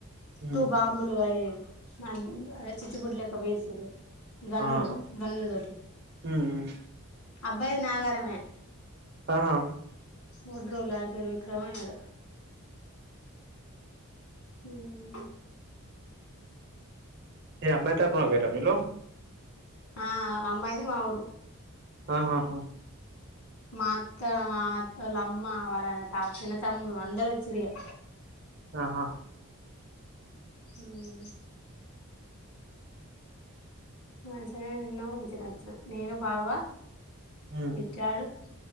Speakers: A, on the right; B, on the left.
A: ఉమ్
B: టు బాంబులు అయి నా బు అయే చిచ్చుబుడ్లెక్క బేల్సిరు గన్నులు
A: అవును
B: గన్నుల్తోటి
A: ఉమ్ ఉమ్
B: అబ్బాయి నాగారమే
A: ఆహా
B: ఒడ్రోల్ల ఆయన పేరు విక్రమో యాడో ఉమ్
A: ఏ అర్నైతపుగర మీలో
B: ఆ అమ్మాయిది మా ఊరు
A: ఆహా హ
B: మాత్త మాత్తోళ్ళ అమ్మా వాళ్ళ త చిన్న తమ్ముడు అందరొచ్చిర్రగా
A: ఆహా
B: ఉమ్ మంచిగనే తిన్నాం వచ్చినా వచ్చినాం నేను బావ
A: ఉమ్
B: బిట్టుగాడు